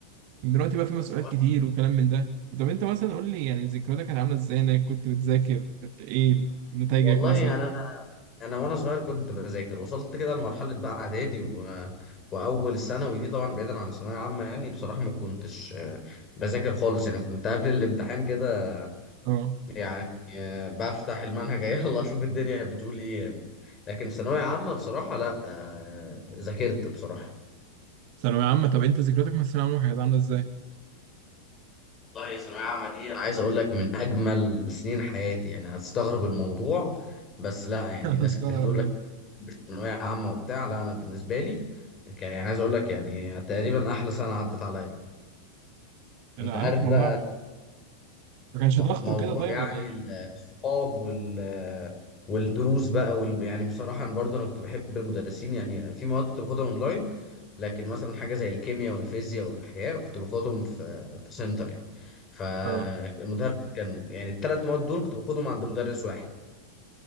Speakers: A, on the right; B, on the left.
A: دلوقتي بقى في مسؤوليات
B: بس بقول لك
A: كتير وكلام من ده طب انت مثلا قول لي يعني ذكرياتك كانت عامله ازاي انك كنت بتذاكر كنت ايه نتائجك
B: والله
A: مثلا
B: يعني انا انا وانا صغير كنت بذاكر وصلت كده لمرحله بقى اعدادي و... واول الثانوي دي طبعا بعيدا عن الثانويه عامه يعني بصراحه ما كنتش آه، بذاكر خالص يعني كنت قبل الامتحان كده
A: اه
B: يعني آه، بفتح المنهج <laughs> يلا اشوف الدنيا بتقول ايه يعني لكن في ثانويه عامه بصراحه لا آه، ذاكرت بصراحه
A: ثانوية عامة طب انت ذكرياتك من الثانوية العامة كانت عاملة ازاي؟
B: والله ثانويه عامه دي انا عايز اقول لك من اجمل سنين حياتي يعني هتستغرب الموضوع بس لا
A: <laughs>
B: يعني
A: انا
B: ناس
A: مستغرب
B: كتير تقول
A: برضه
B: لك ثانوية عامة وبتاع لا أنا بالنسبة لي ك- يعني عايز أقول لك يعني تقريبا أحلى سنة عدت عليا
A: انا
B: أنت عارف
A: عارف الموضوع
B: بقى
A: ما كانش
B: م-
A: ضغط
B: موضوع
A: وكده طيب
B: يعني
A: ولا ايه؟
B: ال- الصحاب وال والدروس بقى وال... يعني بصراحة أنا برضه أنا كنت بحب المدرسين يعني في مواد كنت باخدها أونلاين لكن مثلا حاجة زي الكيمياء والفيزياء والأحياء كنت باخدهم في في سنتر يعني فالمدرس
A: اه
B: كان يعني الثلاث مواد دول كنت باخدهم عند مدرس واحد